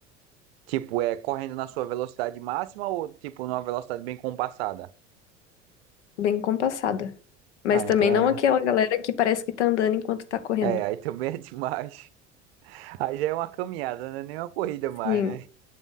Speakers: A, on the right (about 55°); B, on the left (about 65°).
A: Tipo, é correndo na sua velocidade máxima ou, tipo, numa velocidade bem compassada?
B: Bem compassada. Mas
A: Ah,
B: também
A: então é.
B: não aquela galera que parece que tá andando enquanto tá correndo.
A: É, aí também <laughs> é demais. Aí já é uma caminhada, não é nem uma corrida mais,
B: Sim.
A: né?